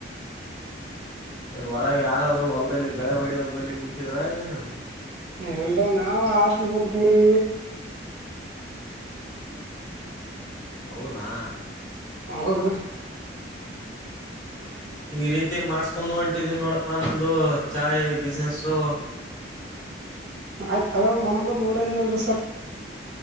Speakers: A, on the left; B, on the right.
A: ಏನ್ ಹೊರಗ್ ಯಾರಾದ್ರೂ ಹೊಲ್ದಲ್ಲಿ ಗಳೆ ಹೊಡಿಯೋದ ಬಲ್ಲಿ ಕುಂತಿದ್ರ ಏನು?
B: ಇಲ್ರಿ ನಾವು ಹಾಸ್ಟ್ಲುಗ್ ಹೋಗ್ತಿವ್ರಿ
A: ಹೌದಾ
B: ಹೌದ್ರಿ.
A: ಈ ರೀತಿ ಮಾಡಸ್ಕೊಂಡು ಹೊಂಟಿದೀನಿ ನೋಡಪ್ಪಾ ನಂದು ಚಾಯ್ ಬಿಜ್ನೆಸ್ಸು
B: ಆಯ್ತ್ ಅದ ನಮ್ಗು ನೋಡಂದ್ನಲ್ರಿ ಸರ್.